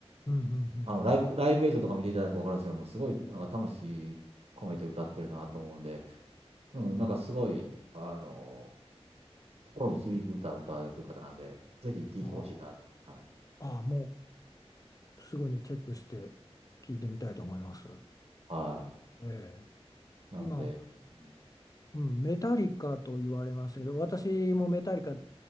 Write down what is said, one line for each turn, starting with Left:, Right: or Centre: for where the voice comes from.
Left: うんうん
Right: あの、ライブ、ライブ映像とか見ていただくとわかるんですけども、すごいなんか魂込めて歌ってるなと思うんで、うん、なんかすごい、あの、心に響く歌を歌われてる方なんで、ぜひ聴いてほしいなと。
Left: うんうん。あ
Right: はい。
Left: あ、ああ、もう。すぐにチェックして聞いてみたいと思います。
Right: は
Left: え
Right: い。なんで、
Left: え、今、
Right: うん
Left: うん、メタリカと言われましたけど、私もメタリカ